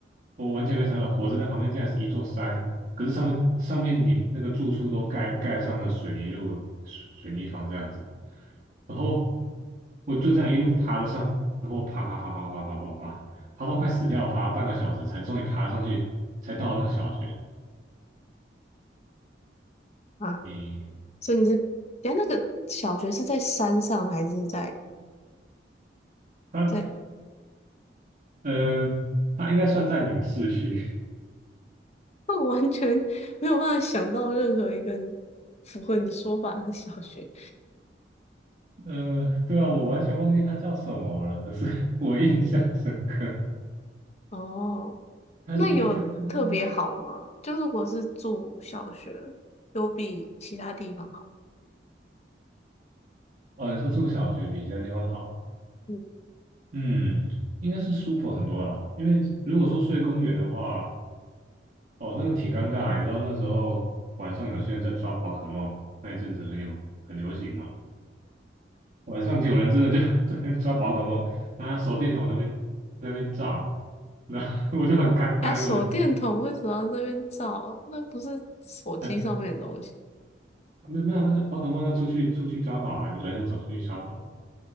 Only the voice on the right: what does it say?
我完全没想到火车站旁边竟然是一座山。可是上面上面你那个住处都盖盖上了水泥路、水泥房这样子，然后我就这样一路爬的上。然后爬爬爬爬爬爬爬爬，爬到快死掉了，爬了半个小时才终于爬上去，才到那个小学。
诶，
他
呃，他应该算在你们市区。
呃，对啊，我完全忘记他叫什么了，可是 <laughs> 我印象深刻。
他因为他就在
哦，你说住小学比其他地方好，
嗯，应该是舒服很多啦。因为如果说睡公园的话，哦，那个挺尴尬的你知道那时候晚上有些人在抓宝可梦，那一阵子很有很流行嘛。晚上就有人真的就 <laughs> 在那抓宝可梦，<laughs> 拿手电筒那边那边照，然后 <laughs> 我就很尴尬，
因为我就是
很没有没有那个宝可梦要出去出去抓宝啊，有人要走出去抓宝，